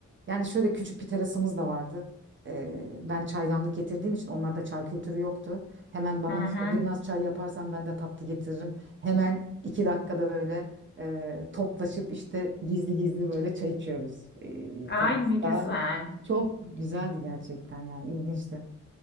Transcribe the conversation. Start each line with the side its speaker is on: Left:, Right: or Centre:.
Right: yani şöyle küçük bir terasımız da vardı. Ee, ben çaydanlık getirdiğim için onlarda çay kültürü yoktu. Hemen bana
Left: Hı hı.
Right: işte bir naz çay yaparsan ben de tatlı getiririm. Hemen iki dakikada böyle e, toplaşıp işte gizli gizli böyle çay içiyoruz e,
Left: Ay
Right: terasta.
Left: ne güzel.
Right: Çok güzeldi gerçekten yani ilginçti.